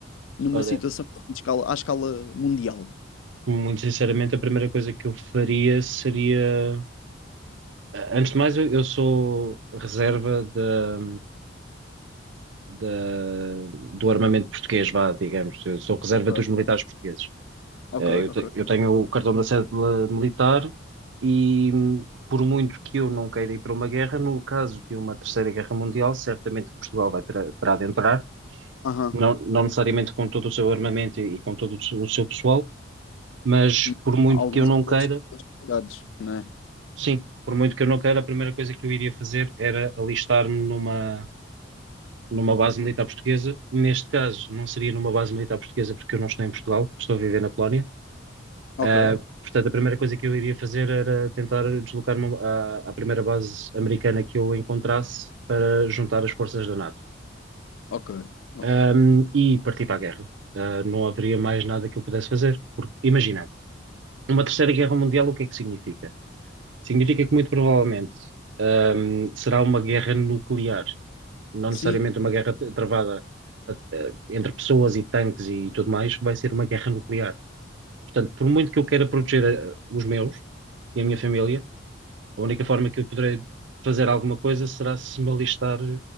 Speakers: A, on the left; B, on the right.
A: numa
B: Olha,
A: situação de escala, à escala mundial.
B: muito sinceramente, a primeira coisa que eu faria seria. ah, Antes de mais, eu, eu sou reserva da, da- do armamento português, vá, digamos. Eu sou reserva
A: Ok,
B: dos militares portugueses.
A: Ok,
B: Eh,
A: ok.
B: Eu, te- eu tenho o cartão da cédula militar e, hum, por muito que eu não queira ir para uma guerra, no caso de uma terceira guerra mundial, certamente que Portugal vai ter, terá de entrar,
A: Aham.
B: não, não necessariamente com todo o seu armamento e, e com todo o seu o seu pessoal, mas
A: Hum.
B: por muito
A: Alguns
B: que eu não
A: clientes
B: queira,
A: complicados, não é?
B: sim, por muito que eu não queira, a primeira coisa que eu iria fazer era alistar-me numa, numa base militar portuguesa. Neste caso, não seria numa base militar portuguesa porque eu não estou em Portugal, estou a viver na Polónia
A: Ok,
B: Uh, portanto, a primeira coisa que eu iria fazer era tentar deslocar-me à, à primeira base americana que eu encontrasse para juntar as forças da NATO,
A: ok, ok.
B: Um, e partir para a guerra. Uh, não haveria mais nada que eu pudesse fazer. Porque, imagina, uma terceira guerra mundial, o que é que significa? Significa que muito provavelmente, um, será uma guerra nuclear, não
A: Sim,
B: necessariamente uma guerra t- travada, uh, uh, entre pessoas e tanques e tudo mais, vai ser uma guerra nuclear. Portanto, por muito que eu queira proteger uh, os meus e a minha família A única forma que eu poderei fazer alguma coisa será se me alistar